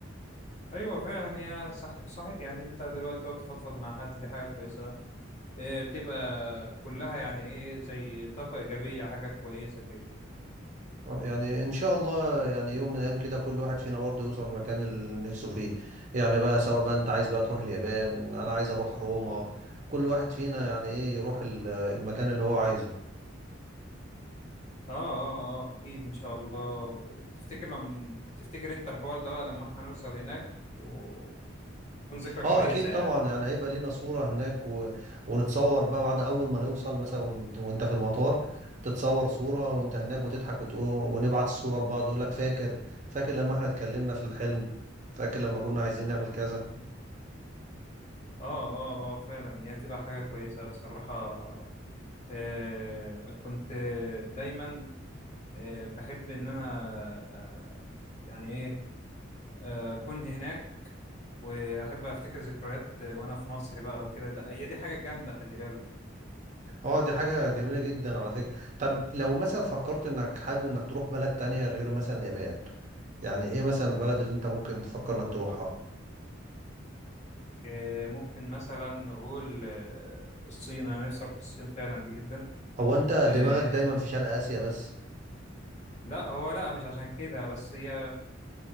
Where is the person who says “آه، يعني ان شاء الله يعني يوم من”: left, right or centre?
Right